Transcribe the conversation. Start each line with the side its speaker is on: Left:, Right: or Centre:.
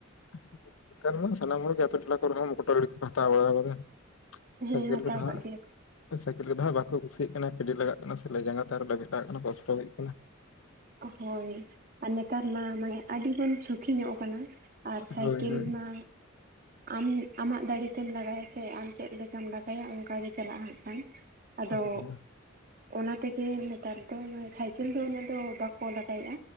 Left: <inaudible> ᱱᱮᱛᱟᱨᱢᱟ ᱥᱟᱱᱟᱢ ᱦᱚᱲ ᱜᱮ ᱟᱛᱳ ᱴᱚᱞᱟ ᱠᱚ ᱨᱮᱦᱚᱸ <unintelligible> ᱦᱟᱛᱟᱣ ᱵᱟᱲᱟ ᱠᱟᱫᱟ᱾
Right: ᱦᱮᱸ
Left: ᱥᱟᱭᱠᱮᱞ
Right: ᱦᱟᱛᱟᱣ
Left: ᱠᱚᱫᱚ ᱦᱟᱸᱜ
Right: ᱠᱟᱜ ᱜᱮᱭᱟ
Left: ᱥᱟᱭᱠᱮᱞ ᱠᱚᱫᱚᱦᱟᱜ ᱵᱟᱠᱚ ᱠᱩᱥᱤᱭᱟᱜ ᱠᱟᱱᱟ ᱯᱮᱰᱮ ᱞᱟᱜᱟᱜ ᱠᱟᱱᱟ ᱥᱮ ᱡᱟᱸᱜᱟ ᱛᱟᱨ ᱞᱮᱵᱮᱫ ᱞᱟᱜᱟᱜ ᱠᱟᱱᱟ ᱠᱚᱥᱴᱚ ᱦᱩᱭᱩᱜ ᱠᱟᱱᱟ᱾
Right: ᱦᱳᱭ ᱟᱨ ᱱᱮᱛᱟᱨ ᱢᱟ ᱢᱟᱱᱮ ᱟᱹᱰᱤᱵᱚᱱ ᱥᱩᱠᱷᱤ ᱧᱚᱜ ᱠᱟᱱᱟ᱾ ᱟᱨ ᱥᱟᱭᱠᱮᱞ
Left: ᱦᱳᱭ ᱦᱳᱭ᱾
Right: ᱢᱟ ᱟᱢ ᱟᱢᱟᱜ ᱫᱟᱲᱮ ᱛᱮᱢ ᱞᱟᱜᱟᱭᱟ ᱥᱮ, ᱟᱢ ᱪᱮᱜ ᱞᱮᱠᱟᱢ ᱞᱟᱜᱟᱭᱟ ᱚᱝᱠᱟᱜ ᱜᱮ ᱪᱟᱞᱟᱜᱼᱟ ᱦᱟᱸᱜ ᱠᱷᱟᱱ᱾ ᱟᱫᱚ
Left: ᱦᱳᱭ
Right: ᱚᱱᱟ ᱛᱮᱜᱮ ᱱᱮᱛᱟᱨ ᱫᱚ ᱢᱟᱱᱮ ᱥᱟᱭᱠᱮᱞ ᱫᱚ ᱩᱱᱟᱹᱜ ᱫᱚ ᱵᱟᱠ ᱠᱚ ᱞᱟᱜᱟᱭᱼᱟ,